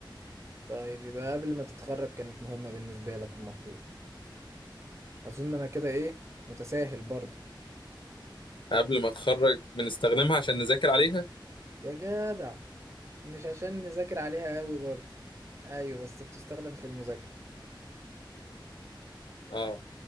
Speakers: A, on the right; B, on the left.
A: طيب يبقى قبل ما تتخرج كانت مهمة بالنسبة لك المفروض اظن انا كده ايه متساهل برضو
B: قبل ما أتخرج بنستخدمها عشان نذاكر عليها
A: يا جدع مش عشان نذاكر عليها قوي برضو ايوه بس بتستخدم في المذاكرة
B: اه